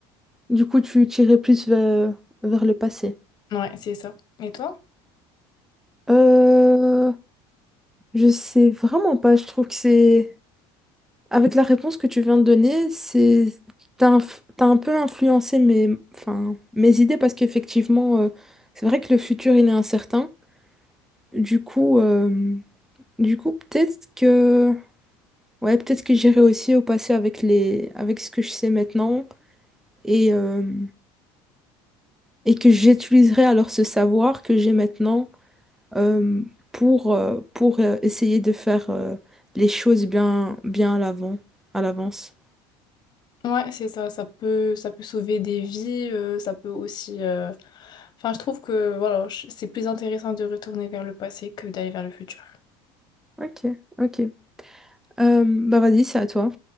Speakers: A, in the centre; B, on the left.
A: Du coup, tu tirais plus vers, vers le passé.
B: ouais, c'est ça. Et toi?
A: Euh, je sais vraiment pas. Je trouve que c'est... Avec la réponse que tu viens de donner, c'est... T'as inf- t'as un peu influencé mes, enfin, mes idées parce qu'effectivement, euh, c'est vrai que le futur, il est incertain. Du coup, euh, du coup, peut-être que... Ouais, peut-être que j'irai aussi au passé avec les... avec ce que je sais maintenant et, euh, et que j'utiliserai alors ce savoir que j'ai maintenant euh, pour, euh, pour euh, essayer de faire euh, les choses bien, bien à l'avant, à l'avance.
B: Ouais, c'est ça, ça peut, ça peut sauver des vies, euh, ça peut aussi... euh, Enfin, je trouve que, voilà, je- c'est plus intéressant de retourner vers le passé que d'aller vers le futur.
A: Ok, ok. Euh, bah vas-y, c'est à toi.